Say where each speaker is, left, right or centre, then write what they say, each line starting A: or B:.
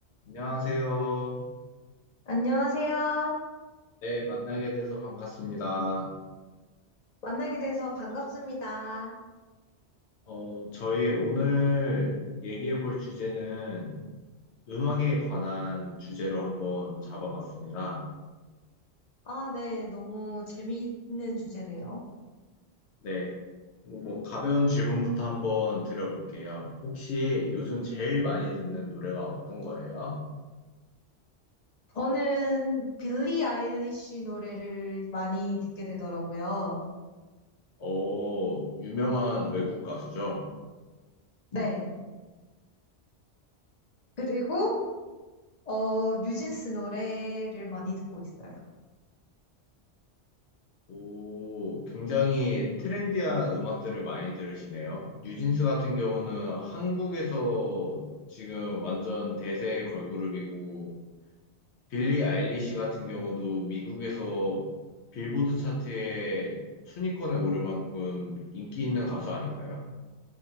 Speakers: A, on the left (about 75°); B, on the left (about 45°).
A: 안녕하세요.
B: 안녕하세요.
A: 네, 만나게 돼서 반갑습니다.
B: 만나게 돼서 반갑습니다.
A: 어, 저희 오늘 얘기해 볼 주제는 음악에 관한 주제로 한번 잡아봤습니다.
B: 아, 네. 너무 재미있는 주제네요.
A: 네, 뭐 가벼운 질문부터 한번 드려볼게요. 혹시 요즘 제일 많이 듣는 노래가 어떤 거예요?
B: 저는 빌리 아일리시 노래를 많이 듣게 되더라고요.
A: 어, 유명한 외국 가수죠?
B: 네. 그리고, 어, 뉴진스 노래를 많이 듣고 있어요.
A: 오, 굉장히 트렌디한 음악들을 많이 들으시네요. 뉴진스 같은 경우는 한국에서 지금 완전 대세 걸그룹이고, 빌리 아일리시 같은 경우도 미국에서 빌보드 차트에 순위권에 오를 만큼 인기 있는 가수 아닌가요?